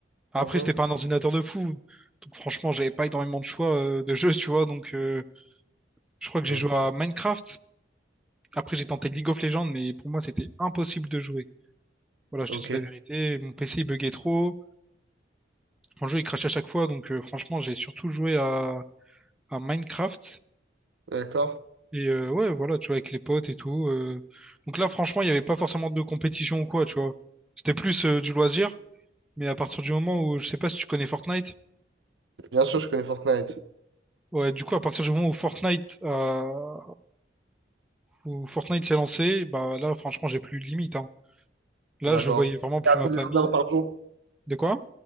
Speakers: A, in the centre; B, on the right (about 70°).
A: Après,
B: Mhm,
A: c'était pas un ordinateur de fou, donc franchement, j'avais pas énormément de choix euh, de jeux, tu vois. Donc, euh, je crois que j'ai
B: mhm.
A: joué à Minecraft. Après, j'ai tenté League of Legends, mais pour moi, c'était impossible de jouer. Voilà, je
B: Ok,
A: te dis la vérité, mon PC il buguait trop, mon jeu il crachait à chaque fois, donc euh, franchement, j'ai surtout joué à, à Minecraft.
B: d'accord.
A: Et euh, ouais, voilà, tu vois, avec les potes et tout. euh. Donc là, franchement, il n'y avait pas forcément de compétition ou quoi, tu vois. C'était plus euh, du loisir, mais à partir du moment où, je sais pas si tu connais Fortnite,
B: Bien sûr, je connais Fortnite.
A: ouais, du coup, à partir du moment où Fortnite, euh, où Fortnite s'est lancé, bah là, franchement, j'ai plus eu de limite, hein. Là,
B: D'accord.
A: je voyais vraiment plus
B: Et à combien
A: ma famille.
B: d'heures par jour?
A: De quoi?